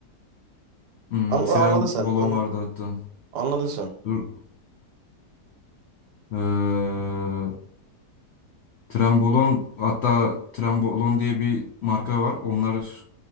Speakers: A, on the left; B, on the right.
A: Hmm,
B: Anla-
A: tren
B: anladın sen.
A: balon
B: An-
A: vardı hatta.
B: anladın sen.
A: Dur. Ee, Trenbolon hatta Trenbolon diye bir marka var. Onlar